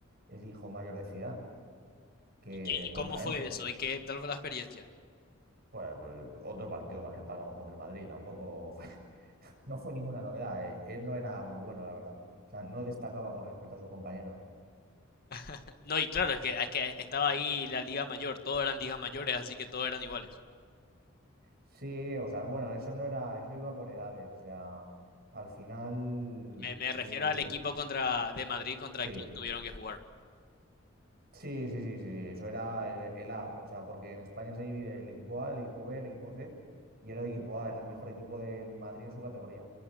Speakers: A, on the right (about 50°); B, on the left (about 50°).
A: el hijo mayor de Zidane, que
B: ¿Y, qué- y
A: contra
B: cómo fue
A: Enzo,
B: eso? ¿Y qué tal fue la experiencia?
A: pues, pues, otro partido más que palmamos contra el Madrid, tampoco fue- <laughs> no fue ninguna novedad. eh. Él no era muy bueno, la verdad. O sea, no destacaba con respecto a sus compañeros.
B: <laughs> No, y claro, es que, es que estaba ahí la Liga Mayor, todos eran ligas mayores, así que todos eran iguales.
A: Sí, o sea, bueno, eso no era, eso iba por edades, o sea, al final,
B: Me, me
A: eh,
B: refiero al equipo contra, de Madrid contra
A: sí,
B: quien tuvieron que jugar.
A: Sí, sí, sí, sí, sí, eso era el, el A, o sea, porque en España se divide el equipo A, el equipo B, el equipo C, y era el equipo A, era el mejor equipo del Madrid en su categoría.